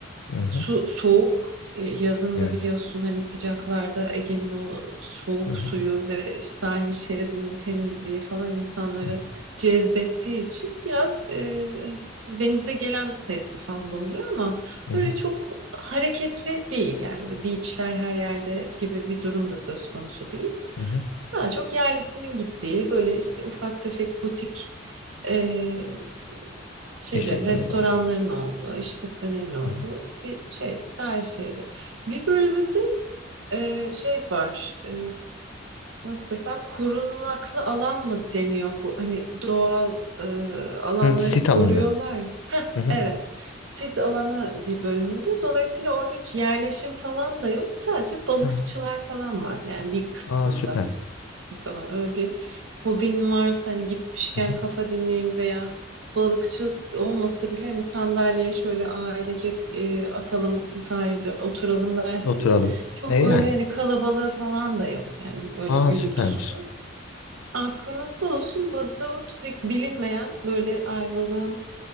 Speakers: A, on the left; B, on the right.
A: Hı hı.
B: Su soğuk. E, Yazında
A: Evet.
B: biliyorsun hani sıcaklarda Ege'nin o soğuk
A: Hı hı.
B: suyu ve sahil şeridinin temizliği falan insanları
A: Hı hı.
B: cezbettiği için biraz e, hani denize gelen sayısı fazla oluyor ama
A: Hı
B: öyle
A: hı.
B: çok hareketli değil yani öyle beachler her yerde gibi bir durum da söz konusu değil.
A: Hı hı.
B: Daha çok yerlisinin gittiği böyle işte ufak tefek butik e, şeylerin,
A: İşletmeleri
B: restoranların
A: oldu.
B: olduğu, işletmelerin olduğu
A: Hı hı.
B: bir şey sahil şeridi. Bir bölümünde e, şey var, e, nasıl desem korunaklı alan mı deniyor bu? Hani doğal e, alanları
A: Hı, sit
B: koruyorlar.
A: alanı.
B: ya.
A: Hı hı.
B: Evet, sit alanı bir bölümünde. Dolayısıyla orada hiç yerleşim falan da yok. Sadece balıkçılar
A: Aha.
B: falan var yani bir kısmında
A: Aa süper.
B: falan. Öyle bir hobin varsa hani gitmişken
A: Hı hı.
B: kafa dinleyeyim veya balıkçılık olmasa bile hani sandalyeye şöyle ailecek e, atalım sahilde oturalım derseniz
A: Oturalım.
B: çok
A: E yani.
B: öyle hani kalabalığı falan da yok yani öyle
A: Aa
B: gürültüsü.
A: süpermiş.
B: Aklınızda olsun Badavut pek bilinmeyen böyle Ayvalık'ın